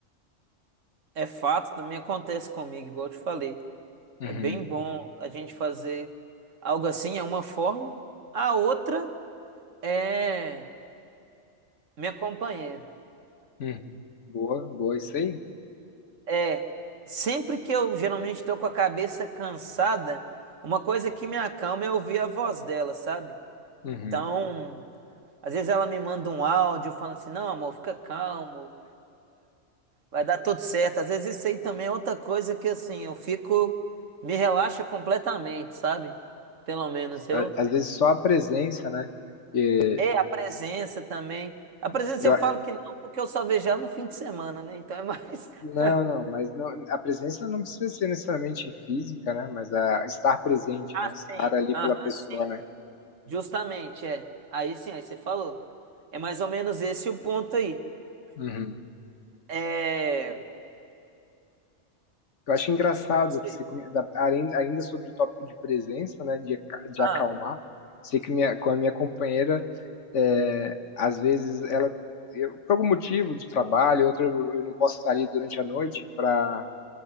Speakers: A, on the right; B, on the left.
A: É fato, também acontece comigo, igual eu te falei.
B: Uhum,
A: É bem bom a gente fazer algo assim, é uma forma. A outra é minha companheira.
B: uhum. Boa, boa, isso aí.
A: É, sempre que eu geralmente estou com a cabeça cansada, uma coisa que me acalma é ouvir a voz dela, sabe?
B: Uhum.
A: Então, às vezes ela me manda um áudio falando assim: não, amor, fica calmo, vai dar tudo certo. Às vezes isso aí também é outra coisa que, assim, eu fico, me relaxa completamente, sabe? Pelo menos eu.
B: Á- Às vezes só a presença, né? E
A: É a presença também. A presença
B: eu
A: eu
B: a-
A: falo que não, porque eu só vejo ela no fim de semana, né? Então é mais.
B: não,
A: <laughs>
B: não, mas não- a presença não precisa ser necessariamente física, né? Mas a estar presente,
A: Ah,
B: né? Estar
A: sim.
B: ali
A: Aham,
B: pela pessoa,
A: sim.
B: né?
A: Justamente, é. Aí sim, aí você falou. É mais ou menos esse o ponto aí.
B: Uhum.
A: É.
B: Eu acho engraçado
A: Esse-
B: que você, come- da- além- ainda sobre o tópico de presença, né? De, aca- de
A: Ah,
B: acalmar, sei que minha, com a minha companheira É, às vezes ela, eu- por algum motivo de trabalho, outro eu eu não posso estar ali durante a noite para